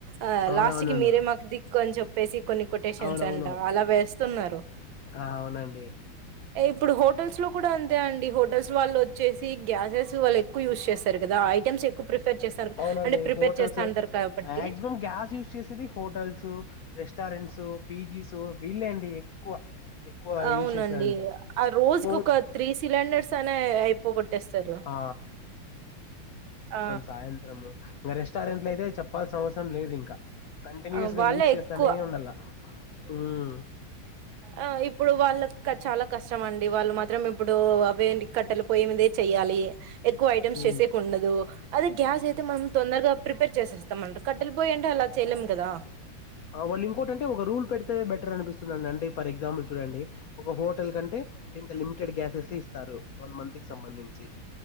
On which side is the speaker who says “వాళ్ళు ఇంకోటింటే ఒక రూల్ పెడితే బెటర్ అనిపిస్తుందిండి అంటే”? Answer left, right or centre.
Left